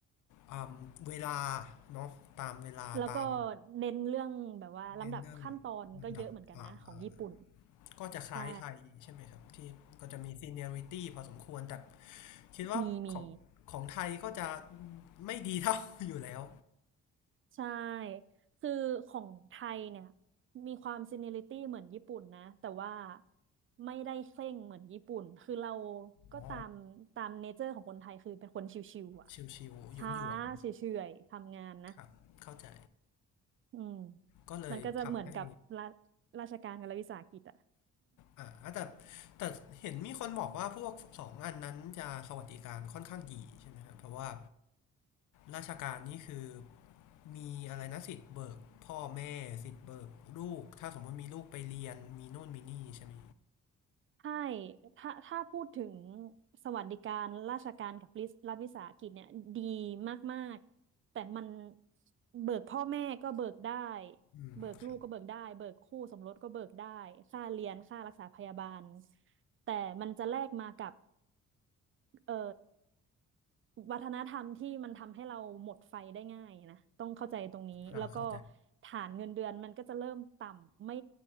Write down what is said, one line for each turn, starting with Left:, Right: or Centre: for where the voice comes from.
Left: อ่าเวลาเนาะตามเวลาตาม
Right: แล้วก็เน้นเรื่องแบบว่าลำดับขั้นตอนก็เยอะเหมือนกันนะของญี่ปุ่น
Left: เนนเดอรดับอ่าอ่าก็จะคล้ายไทยใช่ไหมครับที่ก็จะมี
Right: ใช่
Left: seniority พอสมควรแต่คิดว่าของของไทยก็จะ
Right: มีมี
Left: ไม่ดีเท่า <laughs> อยู่แล้ว
Right: ใช่ คือของไทยเนี่ยมีความซีเนียริตี้เหมือนญี่ปุ่นนะแต่ว่าไม่ได้เคร่งเหมือนญี่ปุ่นคือเราก็ตามตามเนเจอร์ของคนไทยคือเป็นคนชิวๆอ่ะ
Left: อ๋อชิวๆหยวนหยวน
Right: ช้าเฉยๆทำงานนะ
Left: ครับเข้าใจ
Right: อืม
Left: ก็เลยทำให้
Right: มันก็จะเหมือนกับราราชการกับรัฐวิสาหกิจอ่ะ
Left: อ่าแต่แต่เห็นมีคนบอกว่าพวกสองอันนั้นจะสวัสดิการค่อนข้างดีใช่ไหมครับเพราะว่า ราชการนี่คือมีอะไรนะสิทธิ์เบิกพ่อแม่สิทธิ์เบิกลูกถ้าสมมติมีลูกไปเรียนมีโน่นมีนี่ใช่ไหม
Right: ใช่ถ้าถ้าพูดถึงสวัสดิการราชการกับรัฐวิสาหกิจเนี่ยดีมากๆแต่มันเบิกพ่อแม่ก็เบิกได้
Left: อืมครับ
Right: เบิกลูกก็เบิกได้ เบิกคู่สมรสก็เบิกได้ ค่าเรียน ค่ารักษาพยาบาล แต่มันจะแลกมากับเอ่อ วัฒนธรรมที่มันทำให้เราหมดไฟได้ง่ายนะต้องเข้าใจตรงนี้แล้วก็
Left: อ่าเข้าใจ
Right: ฐานเงินเดือนมันก็จะเริ่มต่ำไม่